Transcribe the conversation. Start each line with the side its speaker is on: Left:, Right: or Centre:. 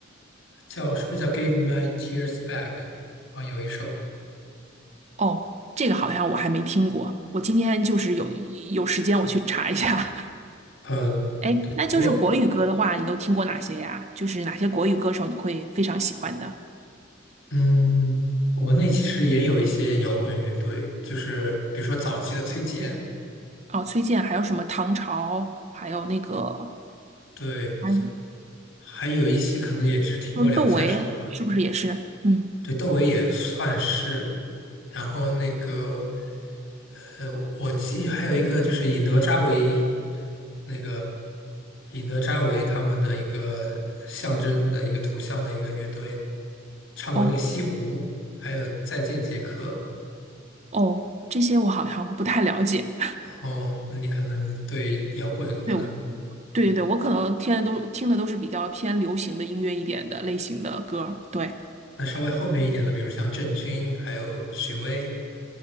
Left: 叫是不是叫《Give My Tears Back》啊？有一首，
Right: 哦，这个好像我还没听过。我今天就是有有时间我去查一下。<laughs>
Left: 呃，
Right: 哎，
Left: 对，
Right: 那就是国语歌的话，
Left: 不过
Right: 你都听过哪些呀？就是哪些国语歌手你会非常喜欢的？
Left: 嗯，国内其实也有一些摇滚乐队，就是比如说早期的崔健，
Right: 哦，崔健，还有什么唐朝，还有那个，
Left: 对，
Right: 还
Left: 还有一些可能也只听过两三首吧。
Right: 有窦唯，是不是也是？嗯，
Left: 对，窦唯也算是，然后那个呃，我记还有一个就是以哪吒为那个以哪吒为他们的一个象征的一个图像的一个乐队，唱过那个《西湖》，
Right: 哦
Left: 还有《再见杰克》。
Right: 哦，这些我好像不太了解。
Left: 哦，你可能对摇滚可能
Right: 对，我对对对，我可能听的都听的都是比较偏流行的音乐一点的类型的歌儿对，
Left: 那稍微后面一点的，比如像郑钧，还有许巍，